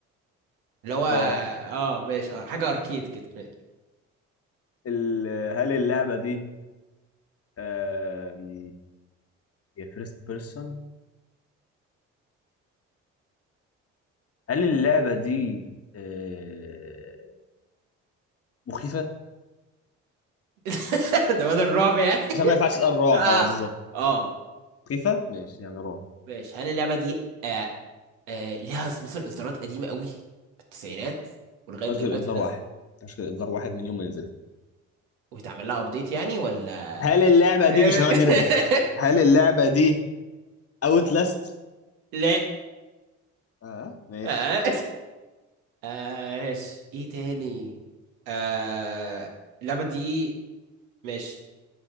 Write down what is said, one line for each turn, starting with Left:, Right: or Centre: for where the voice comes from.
Right: اللي هو اه
Left: اه
Right: آه، ماشي اه حاجة اركيد كده ماشي
Left: ال... هل اللعبة دي آم، هي فيرست بيرسون هل اللعبة دي آه، مخيفة
Right: <laughs> ده بدل الرعب يعني
Left: عشان ما ينفعش اسأل رعب
Right: اه
Left: اه بالظبط
Right: اه
Left: مخيفة ماشي يعني رعب
Right: ماشي هل اللعبه دي آه آه ليها مثلا اصدارات قديمه قوي في التسعينات ولغايه
Left: مش
Right: دلوقتي
Left: غير اصدار
Right: الناس
Left: واحد مش غير اصدار واحد من يوم ما نزل
Right: ويتعمل لها ابديت يعني ولا
Left: هل اللعبة دي
Right: <laughs>
Left: مش هنقعد نرغي هل اللعبة دي اوت لاست
Right: لا
Left: اه ماشي
Right: آه. آه. ايه تاني آه. اللعبه دي ماشي